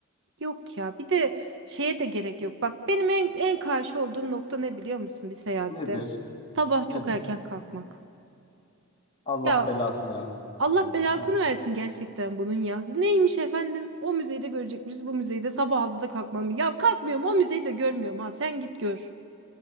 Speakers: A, on the right; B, on the left.
A: Yok ya bir de şeye de gerek yok. Bak benim en, en karşı olduğum nokta ne biliyor musun bir seyahatte?
B: Nedir?
A: Sabah
B: Nedir?
A: çok erken kalkmak.
B: Allah
A: Ya
B: belasını versin.
A: Allah
B: Yani,
A: belasını
B: heh.
A: versin gerçekten bunun ya. Neymiş efendim? O müzeyi de görecekmişiz bu müzeyi de sabah altıda kalkmam. Ya kalkmıyorum o müzeyi de görmüyorum ha sen git gör.